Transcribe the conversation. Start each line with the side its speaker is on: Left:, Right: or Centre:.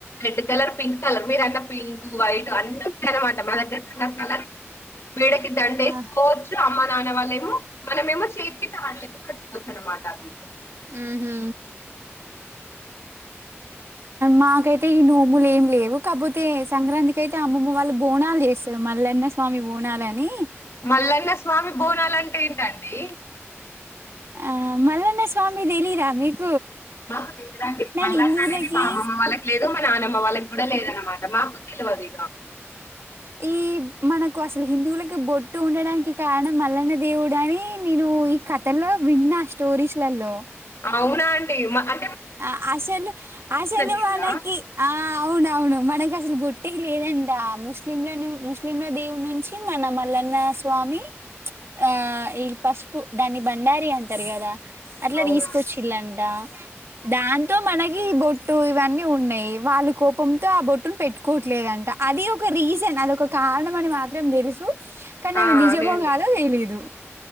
Left: రెడ్ కలర్ పింక్ కలర్ మీ రన్న పింక్ వైట్ అన్నీ ఉంటంది అనమాట మన దగ్గర కలర్ కలర్ మేడకి దండ వేసుకోవచ్చు
Right: ఆ
Left: అమ్మ నాన్న వాళ్ళేమో మనమేమో చే చేతికి కట్టుకోవచ్చు అనమాట అవి
Right: మ్మ్ హు మాకైతే ఈ నోములు ఏం లేవు కాపోతే సంక్రాంతికి అయితే అమ్మమ్మ వాళ్ళు బోనాలు చేస్తారు మల్లన్న స్వామి బోనాాలని
Left: మల్లన్న స్వామి బోనలంటె ఏంటండి
Right: అ మల్లన్న స్వామి తెలీదా మీక్
Left: మాకు లేదండి మల్లన్న
Right: హిందువులకి
Left: అనేది మా అమ్మమ్మ వాళ్లకి లేదు మర్ వాళ్ల కి కూడా లేదు అనమాట ఇగ మాకు తెలవది
Right: అ ఈ మనకు అసలు హిందువులకి బొట్టు ఉండడానికి కారణం మల్లన దేవుడు అని నేను ఈ కథలో విన్నా స్టోరీస్లలో
Left: అవునా అండి మా ఆ
Right: ఆ అసెలు అసెలు
Left: దేవుడా
Right: మనకి ఆ అవును అవును మన కి అసలు బొట్టే లేదంట ఆ ముస్లింలను ముస్లింల దేవుడి నుంచి మన మల్లన్న స్వామి ఆ ఈ పసుపు దాని బండారి అంటారు కదా అట్లా
Left: అవును
Right: తీసుకొచ్చిలాంట దాంతో మనకీ బొట్టు ఇవన్నీ ఉన్నాయి వాళ్ళు కోపంతో ఆ బొట్టును పెట్టుకోవట్లేదంట అది ఒక రీజన్ అది ఒక కారణం అని మాత్రం తెలుసు కనీ
Left: ఆ
Right: అది నిజమో
Left: అదే అండి
Right: గాదో తెలేదు